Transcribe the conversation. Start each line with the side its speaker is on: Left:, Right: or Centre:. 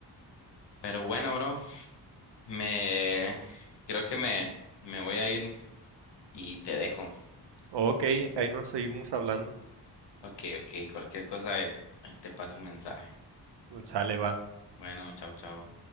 Left: Pero bueno, bro. Me creo que me, me voy a ir y te dejo.
Right: Ok, ahí nos seguimos hablando.
Left: Ok, ok, cualquier cosa, eh, ahí te paso un mensaje.
Right: Sale, va.
Left: Bueno, chao, chao.